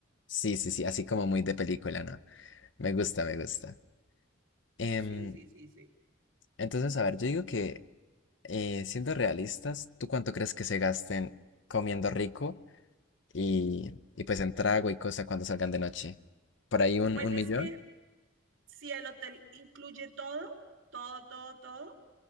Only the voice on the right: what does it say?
sí, sí, sí, sí.
Pues
es
que si el hotel incluye todo, todo, todo, todo.